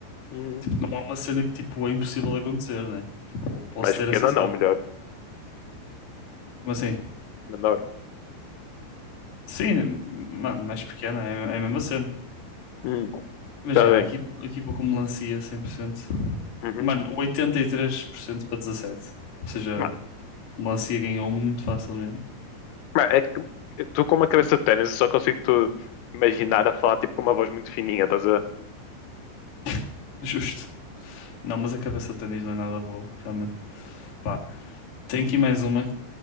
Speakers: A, on the left; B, on the left.
A: Uhum.
B: Tipo, não é uma cena que, tipo, é impossível de acontecer, né? Tipo, posso
A: Mais
B: ter
A: pequena
B: essa sorte.
A: não, melhor.
B: Como assim?
A: Menor.
B: Sim, mano, mais pequena, é, é a mesma cena.
A: Hum.
B: Mas
A: Está
B: já,
A: bem.
B: aqui, aqui vou com melancia 100%.
A: Uhum.
B: Mano, 83% para 17%. Ou seja,
A: Mas,
B: O Lancia ganhou muito facilmente.
A: mas é que tu com uma cabeça de ténis, eu só consigo tu imaginar a falar tipo com uma voz muito fininha, estás a ver?
B: <laughs> Justo. Não, mas a cabeça de ténis não é nada boa, realmente. Pá, tem aqui mais uma